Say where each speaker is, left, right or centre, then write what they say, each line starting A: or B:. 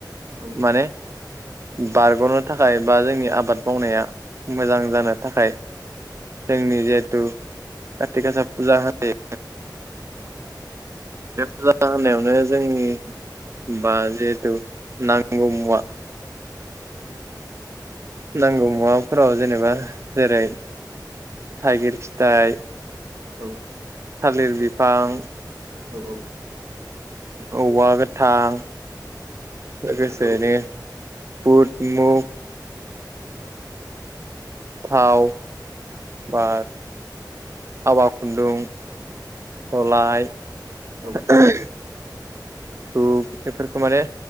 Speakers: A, on the right; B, on the right.
A: औ
B: माने बारग'नो थाखाय बा जोंनि आबाद मावनाया मोजां जानो थाखाय जोंनि जिहेथु कातिक गासा फुजा होनाय बे फुजा होनायावनो जोंनि बा जिहेथु नांगौ मुवा नांगौ मुवाफोराव जेनेबा जेरै थाइगिर फिथाइ
A: औ
B: थालिर बिफां
A: औ औ
B: औवा गोथां लोगोसेनो
A: औ
B: बुट मुग थाव बा आवा खुन्दुं
A: <inaudible>
B: सलाय
A: औ
B: <inaudible> धुप बेफोरखौ माने